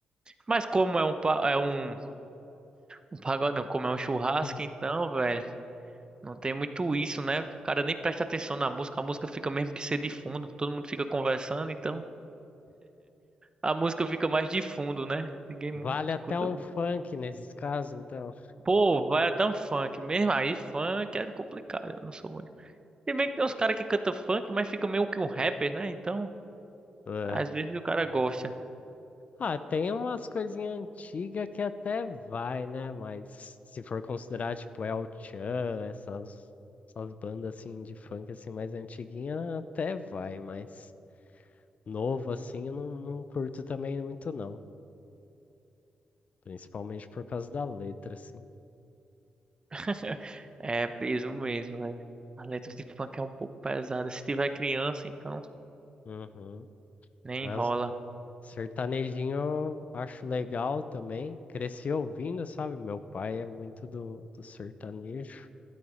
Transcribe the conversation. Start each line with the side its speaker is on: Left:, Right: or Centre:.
Right: Mas como é um pa- é um, um pagode, não, como é um churrasco,
Left: <laughs>
Right: então, velho, não tem muito isso, né? O cara nem presta atenção na música, a música fica mesmo que ser de fundo, todo mundo fica conversando, então a música fica mais de fundo, né? Ninguém
Left: Vale
Right: escuta.
Left: até um funk nesses casos, então.
Right: Pô, vai até um funk mesmo, aí funk é complicado, eu não sou muito. Se bem que tem uns caras que cantam funk, mas fica meio que um rapper, né? Então,
Left: É.
Right: às vezes o cara gosta.
Left: Ah, tem umas coisinhas antigas que até vai, né? Mas se for considerar, tipo, El Chan, essas, essas bandas, assim, de funk, assim, mais antiguinha, até vai, mas novo, assim, eu não, não curto também muito, não. Principalmente por causa da letra, assim.
Right: <laughs> É peso mesmo, velho. A letra de funk é um pouco pesada. Se tiver criança, então
Left: Uhum.
Right: nem
Left: Mas
Right: rola.
Left: sertanejinho eu acho legal também. Cresci ouvindo, sabe? Meu pai é muito do, do sertanejo,